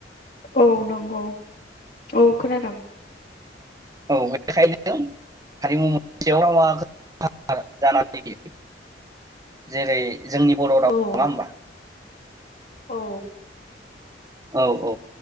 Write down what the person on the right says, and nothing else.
औ बेेखायनो हारिमु मोनसेयाव रावा गो नांथार जाना फैयो। जेरै जोंनि बर' राव
नङा होमबा?
औ औ